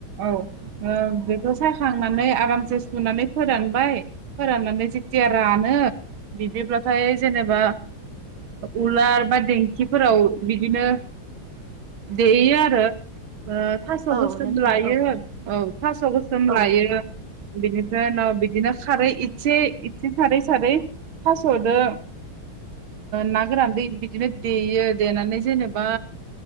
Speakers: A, on the right (about 75°); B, on the right (about 60°).
A: औ बेखौ सायाखांनानै आरामसे सुनानै फोरानबाय फोराननानै जेथिया रानो बिदिब्लाथाय जेनेबा उलार बा देंखिफोराव बिदिनो देयो आरो ओ थास'
B: औ
A: गोसोम
B: नोंथां
A: लायो औ थास' गोसोम
B: औ
A: लायो बिनिफ्राय उनाव बिदिनो खारै इसे इसे सारै सारै थास'दो ना गोरान बिदिनो देयो देनानै जेनेबा